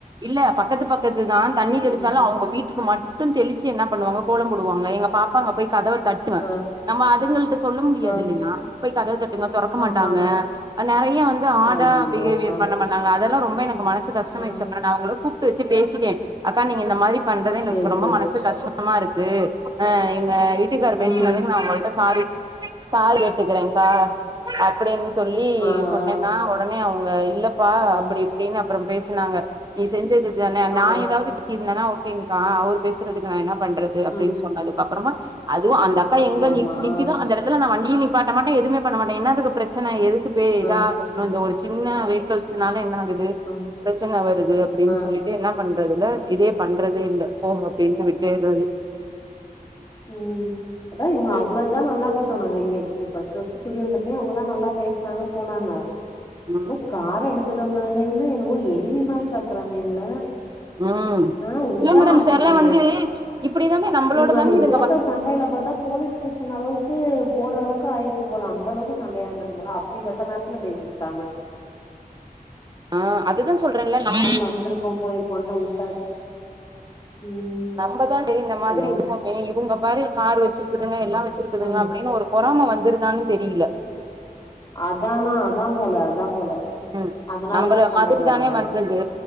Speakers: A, on the right; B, on the left.
A: இல்ல பக்கத்து பக்கத்துதா தண்ணி தெளிச்சாலு
B: ம்
A: அவுங்க வீட்டுக்கு மட்டு தெளி ச்சு என்ன பண்ணுவாங்க கோலம் போடுவாங்க எங்க பாப்பாங்க போய் கதவ தட்டுவ
B: ஆ
A: நம்ம அதுங்கள்ட சொல்ல முடியாது
B: ஆ
A: இல்லயா போய் கதவ தட் டுங்க தொறக்க மாட்டாங்க
B: ஆமா ஆமா
A: நறைய வந்து ஹாடா
B: ஐய்யய்யோ!
A: பிஹேவியர்
B: ஆ,
A: பண்ண பண்ணாங்க அதெல்லா ரொம்ப எனக்கு மன சு கஷ்டமா
B: ஆ.
A: ஆயிச்சு அப்புறொ நா அவுங்களோ கூப்பிட்டு வச்சு பேசிட்டே அக்கா நீங்க இந்த மாரி பண்றது எங்களுக்கு
B: சரி,
A: ரொம்ப
B: சரி.
A: மனசு கஷ்டோ கஷ்டமா இருக்கு ஆ இங்க வீட்டுக்காரர்
B: ம்.
A: பேசினதுக்கு நா உங்கள்ட்ட சாரி சாரி கேட்டுக்கிரே கா அப்டின்னு சொல்லி ல்லி
B: ஆ,
A: சொன்னேனா
B: ஆ,
A: உடனே அவங்க இல்ல ப்பா
B: ஆ,
A: அப்டி இப்டின்னு அப்புறோ பேசுனாங்க நீ செஞ்சது தான
B: ஆ.
A: நா ஏதாவது இல்லனா ஓகேங்க்கா அவர் பேசுறதுக்கு வேணா பண்றது அப்டின்னு
B: ம்.
A: சொன்னதுக்கு அப்புறமா அதுவுமஅந்த அக்கா
B: ஆமாமா.
A: எங்க நிக்குதோ
B: ஆ,
A: அந்த எடத்துல நா வண் நீ நிப்பாட்ட மாட்ட எதுமே பண்ண மாட்ட என்னத்துக்கு பிரச்சன எதுக்கு <unintelligible>
B: ஆ,
A: சின்ன வேக்கல்ஸ்னால என்ன ஆகுது
B: ஆ,
A: பிரச்சன வருது அப்டின்னு
B: ஆ.
A: சொல்லிட்டு என்ன பண் இருக்கிறதில இதே பண்றதே இல்ல போ அப்டின்ட்டு விட்டுட்றது
B: உ அதா இவங்க அவ்வள இதா நல்லா பேசுவாங்க இங்க ஃபர்ஸ்ட் ஃபர்ஸ்ட் குடி வந்தப்பயோ அவங்கதா நல்லா பேசுனாங்க போனாங்க
A: ம்
B: ஒரு கார் எடுக் போயிட்டு வந்ததுல இருந்து என்னமோ எனிமி மாதிரி பாக்குறாங்க எங்கள
A: உ
B: ஆ உட்டா
A: இல்ல மேடம்
B: அன்னைக்கு
A: சிலர் வந்து இப்டி தானே நம்மளோட
B: இவங்க அன்னைக்கு
A: தானே இது
B: போட்ட சண்டையில பார்த்தா போலீஸ் ஸ்டேஷன் அளவுக்கு போற அளவுக் <unintelligible> ஆயிருக்கும் போல அந்த அளவுக்கு சண்டையா ஆயிருந்திருக்கு போல அப்டி சத்த நேரத்துல பேச விட்டாங்க
A: ஆ அதுதா சொல்றேன்ல நம்
B: வந்திருக்கோ போயிருக்கோன்ட்டு வுட்டாச்சு ம்
A: நம்மதா டே மாதிரி
B: ஹலோ
A: இருக்கமே இவங்க மாரி கார் வச்சிருக்கு த்ங்க எல்லா வச்சிருக்குதுங்க
B: ம்
A: அப்டின்னு ஒரு பொறாமை வந்துருதான்னு தெரியல
B: அத்தானா அதா போல தா போல
A: ம்
B: அதனாலதா
A: நம்மள
B: சண்டைக்கு
A: மாதிரி
B: வராங்க
A: தானே வந்தது